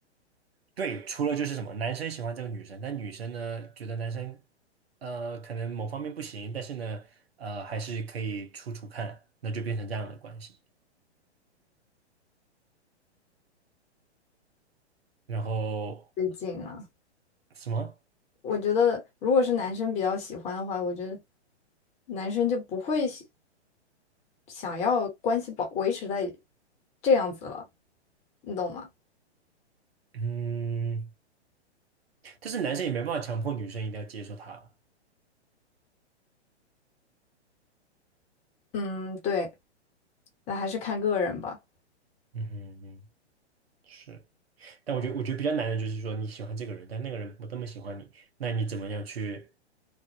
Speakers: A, on the right; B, on the left.
A: 对，除了就是什么，男生喜欢这个女生，但女生呢觉得男生呃可能某方面不行，但是呢呃还是可以处处看，那就变成这样的关系。然后
B: 最近啊，
A: 什么？
B: 我觉得如果是男生比较喜欢的话，我觉得男生就不会喜想要关系保维持在这样子了，你懂吗？
A: 嗯。但是男生也没办法强迫女生一定要接受他。
B: 嗯，对，那还是看个人吧。
A: 嗯哼嗯，是。但我觉得，我觉得比较难的就是说，你喜欢这个人，但那个人不这么喜欢你，那你怎么样去